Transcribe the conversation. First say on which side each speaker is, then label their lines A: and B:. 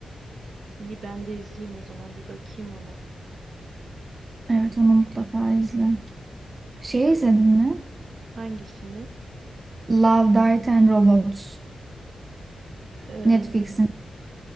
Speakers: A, on the right; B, on the right.
A: İyi ben de izleyeyim o zaman bir bakayım ona.
B: Evet onu mutlaka izle. Şey
A: Şu
B: izledin mi?
A: hangisini?
B: Love, Death and Robots.
A: Ee,
B: Netflix'in